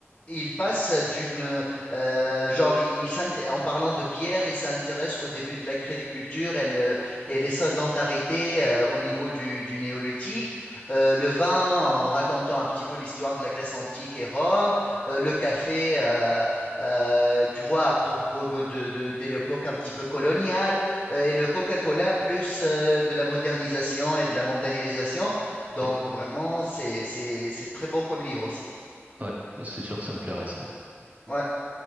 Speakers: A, on the left; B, on the right.
A: il passe d'une euh, genre, il, il s'int- en parlant de bière, il s'intéresse au début de l'agriculture et, le- et les sédentarités euh, au niveau du, du néolithique, euh, le vin en racontant un petit peu l'histoire de la Grèce antique et Rome, euh, le café, euh, euh, tu vois, à propos de, de, de l'époque un petit peu coloniale, euh, et le Coca-Cola plus euh, de la modernisation et de la mondialisation. Donc
B: Ouais,
A: vraiment, c'est c'est- c'est très beau comme livre aussi.
B: ouais, c'est sûr que ça me plairait ça.
A: Ouais,